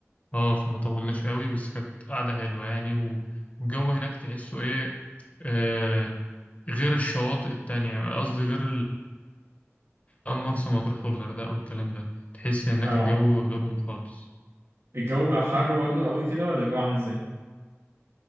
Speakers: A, on the left; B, on the right.
A: اه فما طولناش قوي بس كانت قعدة حلوة يعني و- والجو هناك تحسه ايه آه غير الشواطئ التانية يعني قصدي غير أو مرسى مطروح والغردقة والكلام ده تحس هناك
B: اه
A: الجو غيرهم خالص
B: الجو بيبقى حر برضه قوي كده ولا الجو عامل ازاي